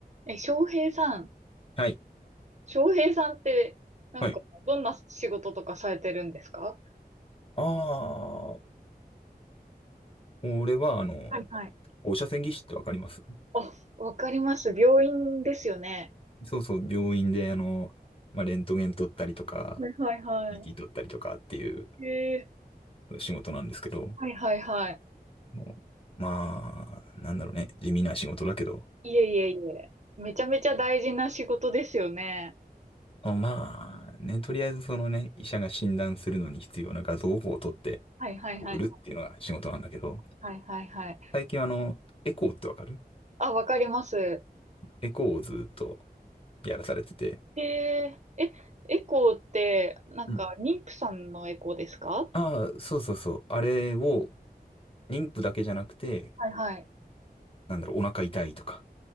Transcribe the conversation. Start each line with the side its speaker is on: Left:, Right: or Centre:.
Right: え、翔平さん、
Left: はい。
Right: 翔平さんって、なんか、
Left: はい。
Right: どんな仕事とかされてるんですか
Left: ああ、俺は、あの、
Right: はいはい。
Left: 放射線技師ってわかります
Right: あ、わかります。病院ですよね。
Left: そうそう、病院で、あの、まあ、レントゲン撮ったりとか、
Right: はいはいは
Left: CT 撮ったりとかっていう
Right: い。ええ
Left: 仕事なんですけど、
Right: はいはいはい。
Left: もうまあ、なんだろうね、地味な仕事だけど、
Right: いえいえいえ。めちゃめちゃ大事な仕事ですよね。
Left: あまあ、ね、とりあえずそのね、医者が診断するのに必要な画像を撮って
Right: はいはいはい。
Left: 送るっていうのが仕事なんだけど、
Right: はいはいはい。
Left: 最近はあの、エコーってわかる
Right: あ、わかります。
Left: エコーをずっとやらされてて、
Right: えええ、エコーって、なんか、
Left: うん。
Right: 妊婦さんのエコーですか
Left: ああ、そうそうそう。あれを、妊婦だけじゃなくて、
Right: はいはい。
Left: なんだろう、お腹痛いとか、